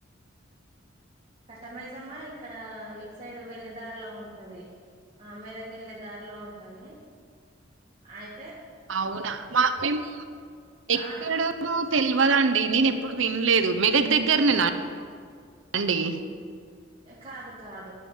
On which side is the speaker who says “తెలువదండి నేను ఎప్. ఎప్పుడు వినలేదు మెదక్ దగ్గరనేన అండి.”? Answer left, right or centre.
Right